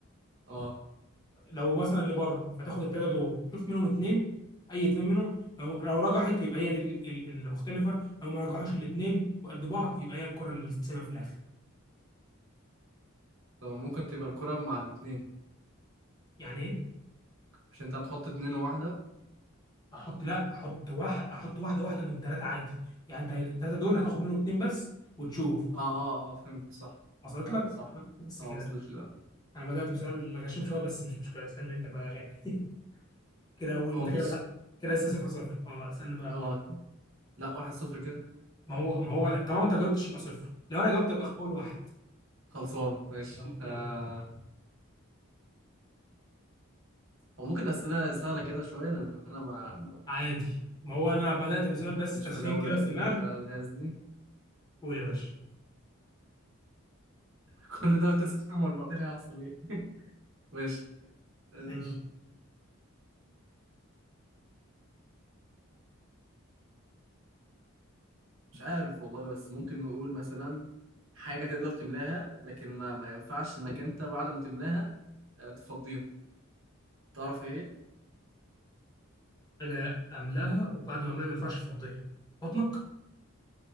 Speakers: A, on the right (about 65°); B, on the left (about 20°).
A: اه
B: لو مثلا اللي بره فتاخد الثلاثه دول تشوف منهم اثنين اي اثنين منهم لو لو رجحت يبقى هي دي ال- ال- اللي مختلفه لو ما رجحوش الاثنين وقد بعض يبقى هي الكره اللي تتسابق في الاخر
A: طب ممكن تبقى الكرة مع الاتنين
B: يعني ايه
A: مش انت هتحط اتنين وواحدة
B: احط لا احط واحد احط واحده واحده من الثلاثه عادي يعني انت الثلاثه دول هتاخد منهم اثنين بس وتشوف
A: اه اه اه فهمت صح
B: وصلت
A: آه
B: لك
A: صح
B: بس
A: اه
B: كده
A: وصلت لي لا
B: انا بدات بسؤال غشيم شويه بس مش مشكله اسالني انت بقى يا غالي <laughs> كده وانت
A: هو مفيش
B: كده كده لسه صفر صفر اه اسالني بقى
A: اه
B: دورك
A: لا واحد صفر كده
B: ما هو ما هو طالما انت جاوبتش يبقى صفر لو انا جاوبت يبقى اول واحد
A: خلصانة ماشي
B: يلا
A: آه
B: يلا
A: هو ممكن أسئلة سهلة كده شوية لأن أنا ما ما-
B: عادي ما هو انا بدأت بسؤال بس
A: ماليش
B: تسخين
A: في جو
B: كده
A: الأسئلة
B: الدماغ
A: فيها الألغاز دي
B: قول يا باشا
A: كل ده وتسخن امال بعدين هيحصل ايه ماشي أه
B: ماشي
A: مش عارف والله بس ممكن نقول مثلا حاجة تقدر تملاها لكن ما ما ينفعش انك انت بعد ما تملاها آه، تفضيها تعرف ايه
B: حاجة أملاها وبعد ما أملاها ما ينفعش أفضيها بطنك